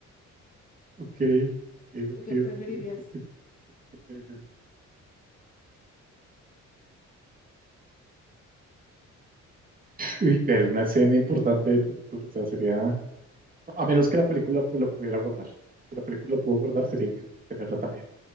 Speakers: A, on the right; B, on the left.
A: Ok, ok, ok,
B: ¿Tú qué preferirías?
A: ok. ok, te entiendo. Uy, ver una escena importante de tu futuro, o sea, sería, a menos que la película pues, la pudiera guardar. Si la película la puedo guardar, sería increíble tenerla también.